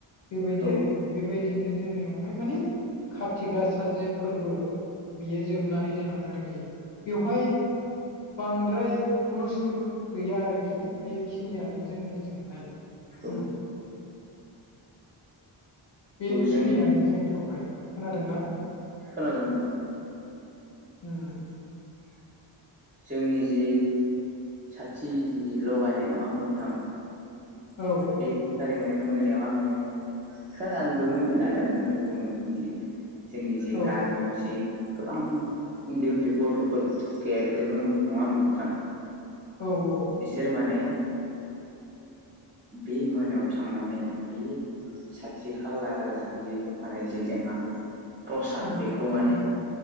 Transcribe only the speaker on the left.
बेबायदि
आरो बेबायदिनो जोंनियावहाय माने कारति गासा जे फोरबो बियो जोब नानै थाङो आरोखि बेवहाय बांद्राय हुलुस्थुर गैया आरोखि बेखिनियानो जोंनिजोंहाय
ओ बेखिनियानो
जोंनियावहाय खोनादोंना?
हम
औ
औ
औ औ
उम
उम